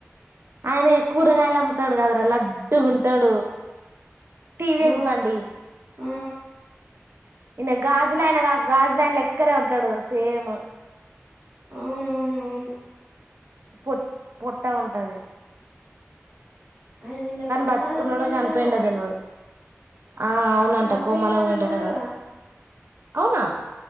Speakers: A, on the right; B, on the right.
A: ఆయన కూరగాయలు అమ్ముతాడు కాద్ర లడ్డుగుంటాడు టీవీస్
B: ఆ
A: బండి
B: ఆ
A: ఇనా గాజులయనగా గాజులయనలెక్కనే ఉంటాడు సేమ్
B: అవునవునవును
A: పొట్టి పొట్టా వంటది
B: ఆయన నిన్న కోమాలకు
A: బతుకున్నాడో
B: పోయిండటగా
A: చనిపోయిండో తెలవదు ఆ అవునంట
B: చనిపోయిను
A: కోమాలకు
B: అని
A: పోయిండటగా
B: అంటారుగా
A: అవునా